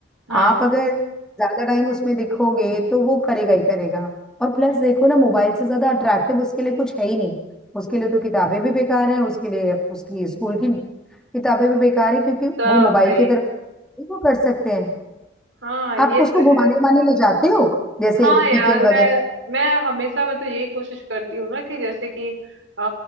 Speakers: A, on the right; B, in the centre.
A: हाँ
B: आप अगर ज्यादा टाइम उसमें दिखोगे तो वो करेगा ही करेगा और प्लस
A: हम्म,
B: देखो ना मोबाइल से ज्यादा अट्रैक्टिव उसके लिए कुछ है ही नहीं उसके लिए तो किताबें भी बेकार हैं उसके लिए उसकी स्कूल की किताबें भी बेकार है क्योंकि
A: सब
B: वो मोबाइल
A: भाई
B: की तरफ नहीं वो कर सकते हैं
A: हाँ ये
B: आप उसको
A: तो
B: घुमाने
A: है
B: उमाने ले जाते हो जैसे
A: हाँ
B: वीकेंड
A: यार
B: वगैरह
A: मैं मैं हमेशा मतलब यही कोशिश करती हूँ ना कि जैसे कि अ,